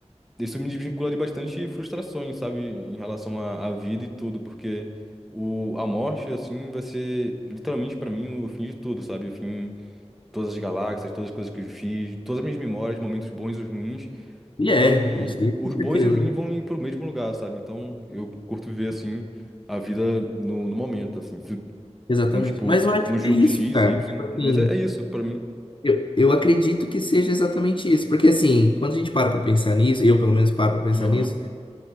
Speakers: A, in the centre; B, on the left.
A: isso me desvincula de bastante frustrações, sabe, em relação à, à vida e tudo, porque o, a morte, assim, vai ser literalmente pra mim o fim de tudo, sabe? O fim de todas as galáxias, todas as coisas que eu fiz, todas as minhas memórias, momentos bons e os ruins.
B: E
A: Então,
B: é, isso aí com
A: os
B: certeza.
A: bons e os ruins vão ir pro mesmo lugar, sabe? Então, eu curto ver, assim, a vida no, no momento, assim, se-
B: Exatamente.
A: como, tipo,
B: Mas eu acho
A: não
B: que
A: julgo
B: é isso,
A: X
B: cara.
A: e Y,
B: Tipo assim,
A: mas é, é isso pra mim.
B: eu, eu acredito que seja exatamente isso. Porque assim, quando a gente para pra pensar nisso, eu pelo menos paro pra pensar
A: Aham,
B: nisso,